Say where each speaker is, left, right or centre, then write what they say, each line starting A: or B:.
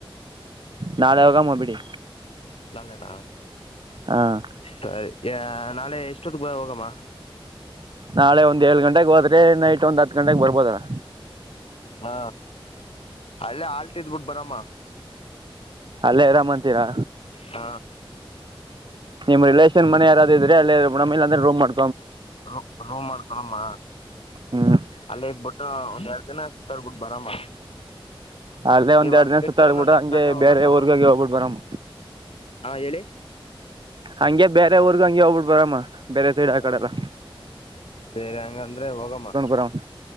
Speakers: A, on the right; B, on the left.
A: ನಾಳೆ ಹೋಗಮ ಬಿಡಿ.
B: ನಾಳೆನಾ
A: ಹಾಂ
B: ಸರಿ ನಾಳೆ ಎಷ್ಟೊತ್ತಕ್ ಬ ಹೋಗಮ್ಮ.
A: ನಾಳೆ ಒಂದ್ ಏಳ ಗಂಟೆಗೆ ಹೋದ್ರೆ ನೈಟ್ ಒಂದ್ ಹತ್ತು ಗಂಟೆಗೆ ಬರ್ಬೋದಲ್ಲ.
B: ಹ ಅಲ್ಲೇ ಆಲ್ಟ್ ಇದ್ಬಿಟ್ಟು ಬರಮ್ಮ
A: ಅಲ್ಲೇ ಅರಾಮ್ ಅಂತೀರಾ
B: ಹ
A: ನಿಮ್ಮ ರಿಲೇಷನ್ ಮನೆ ಯಾರಾದ ಇದ್ರ ಎ ನ ಇ ಅ್ರೆ ರೋ್ಬೇಕ
B: ರ ರೋ ಮಾಡ ಹಕಣಮ್ಮ
A: ಹ್ಞೂ
B: ಅಲ್ಲೇ ಇದಬಿಟ್ಟು ಒಂದ್ ಎರಡ್ ದಿನ ಸುತ್ತಾರ್ಬಿಟ್ಟ ಬರಮ್ಮ
A: ಅಲ್ಲೇ ಒಂದ್
B: ಇವತ್
A: ಎರಡ್ ದಿನ
B: ಬಿಟ್ರೆ
A: ಸುತ್ತ ಆಡ್ಬಿಡ
B: ಇನ್ನು ದಸರಾಗೆ
A: ಹಂಗೆ
B: ಹೋಗೋದ್
A: ಬೇರೆ
B: ನಾವು
A: ಊರ್ಗಾಗಿ ಹೋಗ್ಬಿಟ್ಟ ಬರಾಮ
B: ಹಾ ಹೇಳಿ
A: ಹಂಗೆ ಬೇರೆ ಊರ್ಗ ಹಂಗೆ ಹೋಗ್ಬಿಟ್ ಬರಮ್ಮ ಬೇರೆ ಸೈಡ್ ಆ
B: ಹ
A: ಕಡೆಲ್ಲ
B: ಸರಿ ಹಂಗ ಅಂದ್ರೆ ಹೋಗಮ್ಮ
A: ಬರಮ್ಮ